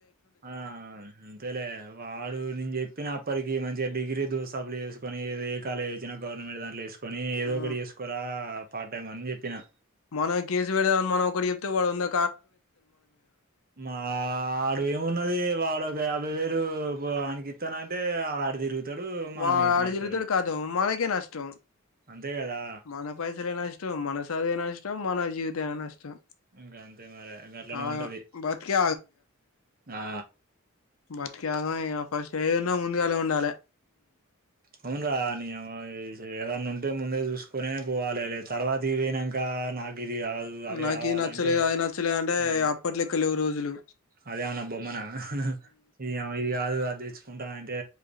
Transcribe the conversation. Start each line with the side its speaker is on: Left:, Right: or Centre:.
Right: ఆ అంతేలే వాడు నేను చెప్పిన అప్పటికి మంచిగా డిగ్రీ దో అప్లై చేసు కొని ఏ కాలేజ్ వచ్చినా గవర్నమెంట్ దాంట్లో చేసుకొని ఏదో
Left: ఆ
Right: ఒకటి చేసుకోరా పార్ టైం అని చెప్పినా.
Left: మనం కేసు పెడదామని మనం ఒకటి చెప్తే వాడు ఉందా
Right: మాడు ఏమున్నది వాడు యాభై వేలు ఆనికి ఇస్తానంటే ఆడు అటు తిరుగు తాడు మనం
Left: వాడు
Right: మీదికి
Left: అటు
Right: నెడతారు
Left: తిరుగుతాడో కాదో మనకే నష్టం
Right: అంతే కదా
Left: మన పైసలే నష్టం మన చదువే నష్టం మన జీవితమే నష్టం
Right: ఇంకా అంతే మరి ఇంకా అట్లనే
Left: ఆగం
Right: ఉంటది
Left: బతికే
Right: ఆ
Left: బతికానా ఇక ఫస్ట్ ఏదిన్నా ముందుగాలే ఉండాల.
Right: అవును రా నీయవ్వా ఏదన్నా ఉంటే ముందే చూసుకునే పోవాలి. లే తర్వాత ఇ పోయినాక నాకు ఇది కాదు అది
Left: నాకు
Right: కావాలంటే
Left: ఇది నచ్చలేదు అది నచ్చలేదు అంటే
Right: ఆ
Left: అప్పట్లెక్క లేవు రోజులు
Right: అదే ఏమన్నా బొమ్మ నా ఇ ఇది కాదు అది తెచ్చుకుంటాను అంటే